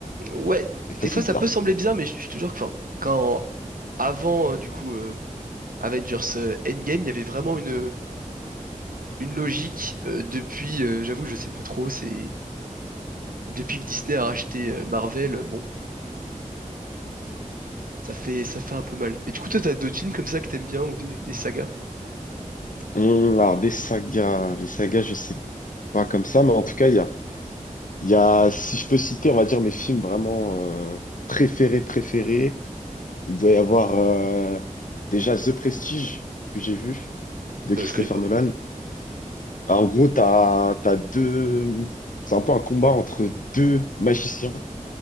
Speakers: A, on the right; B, on the left.
A: ouais, des
B: des fois,
A: fois
B: c'est
A: ça
B: bizarre.
A: peut sembler bizarre, mais je, je te jure que, enfin, quand avant euh, du coup euh, Avengers euh, Endgame, il y avait vraiment une une logique euh, depuis. euh, J'avoue, je sais pas trop. C'est depuis que Disney a racheté euh, Marvel, euh, bon, ça fait ça fait un peu mal. Et du coup, toi, t'as d'autres films comme ça que t'aimes bien ou des des sagas?
B: Hum, alors des sagas, les sagas, je sais pas comme ça, mais en tout cas, il y a, il y a, si je peux citer, on va dire mes films vraiment euh, préférés, préférés. Il doit y avoir euh, déjà The Prestige que j'ai vu de Christopher
A: Euh, je connais pas.
B: Nolan. Ah, en gros, t'as, t'as deux, c'est un peu un combat entre deux magiciens